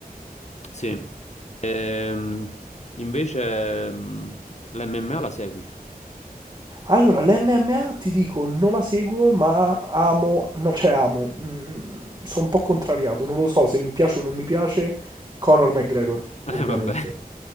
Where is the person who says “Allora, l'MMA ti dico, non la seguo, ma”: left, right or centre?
Right